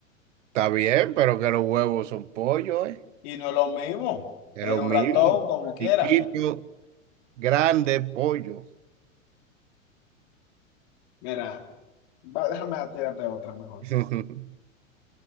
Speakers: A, on the right (about 65°); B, on the left (about 55°).
A: Está bien, pero que los huevos son pollo, ¿eh?
B: y no es lo mismo.
A: Es
B: Es
A: lo
B: un
A: mismo.
B: ratón como quiera.
A: Chiquito, grande, pollo.
B: Mira, va- déjame tirarte otra mejor.
A: <laughs>